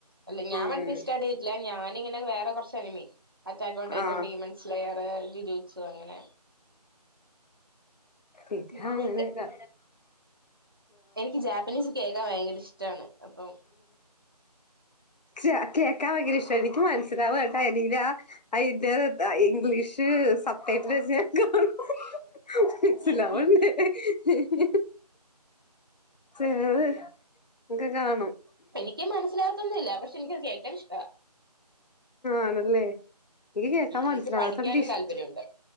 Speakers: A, on the right (about 35°); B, on the left (about 85°).
A: അല്ല ഞാൻ
B: ഉം
A: വൻണ്ടി സ്റ്റാർട്ട് ചെയ്തിട്ടില്ല ഞാനിങ്ങനെ വേറെ കുറച്ച് റ്റെ അനിമി, അറ്റാക്ക് വൺ, ടൈറ്റൻ
B: ആ
A: ബീമൻസ് ലയർ, ലീ വീഡ്സ് അങ്ങനെ
B: ഇത്
A: അങ്ങനെയൊക്കെ
B: അങ്ങനെയല്ല.
A: എനിക്ക് ജാപ്പനീസ് കേക്കാൻ ഭയങ്കര ഇഷ്ടാണ്, അപ്പം
B: ജ് കേക്കാൻ ഭയങ്കര ഇഷ്ട എനിക്ക് മനസ്സിലാവ എന്ന എതില ആ ഇന്ത്യടെ <unintelligible> ആ ഇംഗ്ലീഷ്. ഇത് സത്യാട്ട് വെച്ച <unintelligible> സിലാവുല്ലെ
A: ഉം ഉം
B: എ ഏ ചെലത് ക്കെ കാണും.
A: എനിക്ക് മനസ്സിലാകത്തൊന്നുമില്ല പക്ഷെ എനിക്കത് കേൾക്കാൻ ഇഷ്ട.
B: ആണല്ലേ എനിക്ക് കേക്കാൻ മനസിലാകാത്തോണ്ട്
A: എനിക്ക് പഠിക്കാനും
B: ഇഷ്ട
A: താല്പര്യമുണ്ട്